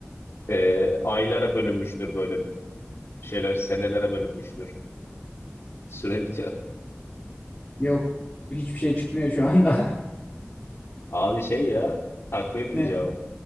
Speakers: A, on the left (about 85°); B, on the left (about 20°).
A: e, aylara bölünmüştür böyle şeyler senelere bölünmüştür. <laughs> Süre bitiyor.
B: Yok. Hiçbir şey çıkmıyor şu anda.
A: Abi şey ya takvimdi
B: <laughs> Ne?
A: cevap.